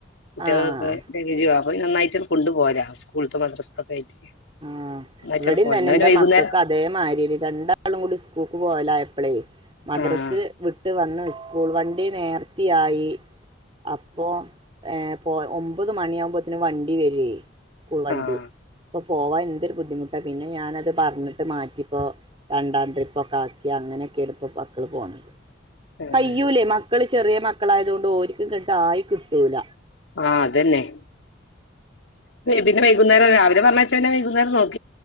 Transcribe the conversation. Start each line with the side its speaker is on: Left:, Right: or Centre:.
Left: കുട്ടികളക്കെ
Right: ആഹ്
Left: <unintelligible> അ നന്നായിട്ട് കൊണ്ട് പോരാ സ്കൂളും മദ്രസത്തക്കെ ആയിട്ട്-
Right: ആ
Left: ഒന്നായിട്ടാണ്
Right: ഇവിട തന്നെ
Left: പോവല് എന്നാ
Right: എൻറെ
Left: പിന്നെ വൈകുന്നേരം
Right: മക്കൾക്ക് അതേമാതിരി രണ്ടാളും കൂടി സ്കൂൾക്ക് പോവലായപ്പളേ മദ്രസ്
Left: ആഹ്
Right: വിട്ട് വന്ന് സ്കൂൾ വണ്ടി നേർത്തിയായി അപ്പൊ ഏ പോ ഒമ്പത് മണിയാകുമ്പോത്തിനും വണ്ടി വരു ഏ സ്കൂൾ വണ്ടി
Left: ആഹ്
Right: ഇപ്പോ പോവാൻ എന്തൊരു ബുദ്ധിമുട്ട പിന്നെ ഞാനത് പറഞ്ഞിട്ട് മാറ്റിപ്പോ രണ്ടാം ട്രിപ്പ് ഒക്കെ ആക്കിയങ്ങ അങ്ങനൊക്കെ ഇപ്പൊ മക്കള് പോണത്
Left: ഏഹ്
Right: കയ്യൂലേ മക്കള് ചെറിയ മക്കളായതൊണ്ട് ഓര്ക്ക് ട്ട്ങ്ങ ആയി കിട്ടൂല
Left: ആഹ് അതെന്നെ ബ പിന്നെ വൈകുന്നരം രാവിലെ പറഞ്ഞച്ചാ പിന്നെ വൈകുന്നേരം നോക്